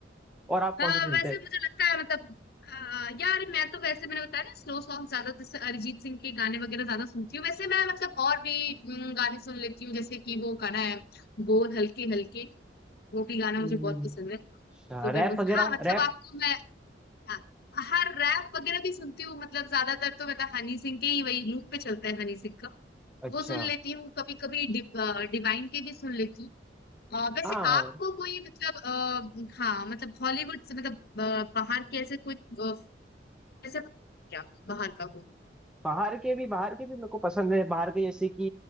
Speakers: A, in the centre; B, on the left.
A: और आप
B: हाँ
A: कौन से सुनते
B: वैसे
A: हैं
B: मुझे लगता है मतलब आ, यार मैं तो वैसे मैंने बताया ना स्लो सॉन्ग ज्यादा जैसे अरिजीत सिंह के गाने वगैरह ज्यादा सुनती हूँ वैसे मैं मतलब और भी हम्म, गाने सुन लेती हूँ जैसे कि वो गाना है बोल हल्के हल्के वो भी गाना
A: हम्म,
B: मुझे बहुत पसंद है
A: अच्छा
B: तो
A: रैप
B: मैं उस-
A: वगैरह
B: हाँ मतलब
A: रैप
B: आपको मैं हाँ हर रैप वगैरह भी सुनती हूँ मतलब ज्यादातर तो मतलब हनी सिंह के ही वही लूप पे चलता है हनी सिंह का
A: अच्छा
B: वो सुन लेती हूँ कभी कभी डि, डिवाइन के भी सुन लेती हूँ अ, वैसे
A: हाँ
B: आपको कोई मतलब आ, हाँ मतलब हॉलीवुड से मतलब अ, बाहर के ऐसे कोई अ, ऐसा क्या बाहर का कोई
A: बाहर के भी बाहर के भी मेरे को पसंद है बाहर के जैसे कि